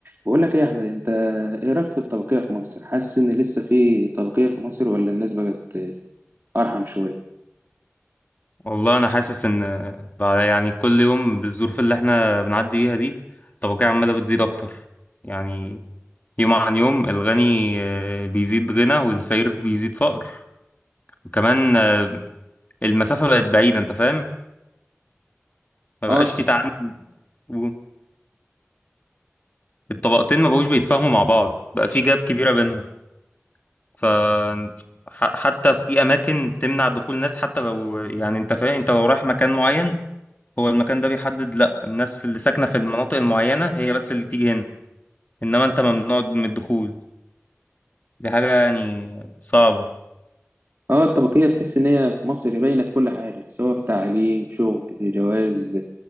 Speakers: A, on the right; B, on the left.
A: بقول لك ايه يا احمد انت ايه رايك في الطبقيه في مصر حاسس ان لسه في طبقيه في مصر ولا الناس بقت ارحم شويه
B: والله انا حاسس ان بعد يعني كل يوم بالظروف اللي احنا بنعدي بيها دي الطبقية عمالة بتزيد اكتر يعني يوم عن يوم الغني آه، بيزيد غنى والفقير بيزيد فقر وكمان آه، المسافة بقت بعيدة انت فاهم ما
A: اه
B: بقاش في تعامل و- الطبقتين ما بقوش بيتفاهموا مع بعض بقى في جاب كبيرة بينهم ف ح- حتى في اماكن تمنع دخول ناس حتى لو يعني انت فاهم انت لو رايح مكان معين هو المكان ده بيحدد لا الناس اللي ساكنة في المناطق المعينة هي بس اللي تيجي هنا انما انت ممنوع من الدخول دي حاجة يعني صعبة
A: اه الطبقيه تحس ان هي في مصر باينه في كل حاجه سواء في تعليم شغل جواز